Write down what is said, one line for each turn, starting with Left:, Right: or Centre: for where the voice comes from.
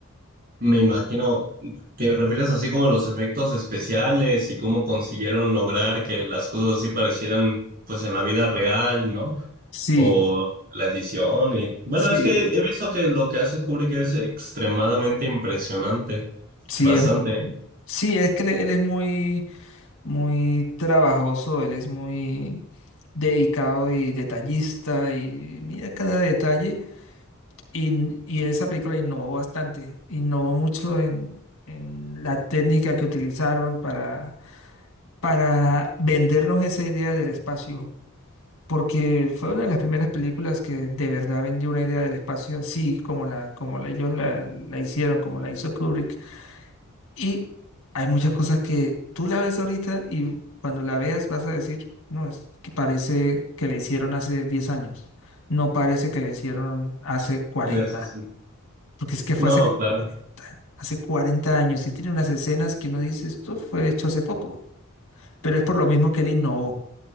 Right: Me imagino, ¿te refieres así como a los efectos especiales y cómo consiguieron lograr que las cosas así parecieran pues en la vida real, ¿no?
Left: Sí,
Right: O la edición y bueno,
Left: sí,
Right: es que he visto que lo que hace Kubrick es extremadamente impresionante,
Left: sí,
Right: bastante
Left: es, sí, es que él él es muy... muy trabajoso, él es muy dedicado y detallista y mira cada detalle. Y, n- y en esa película innovó bastante, innovó mucho en, en la técnica que utilizaron para, para vendernos esa idea del espacio, porque fue una de las primeras películas que de verdad vendió una idea del espacio así como la, como la- ellos la, la hicieron, como la hizo Kubrick. Y hay muchas cosas que tú la ves ahorita y cuando la veas vas a decir, no, es que parece que la hicieron hace 10 años, no parece que la hicieron hace cuarenta
Right: en el sentido.
Left: porque es que fue
Right: No,
Left: hace
Right: claro.
Left: cuarenta hace cuarenta años y tiene unas escenas que uno dice, esto fue hecho hace poco, pero es por lo mismo que él innovó.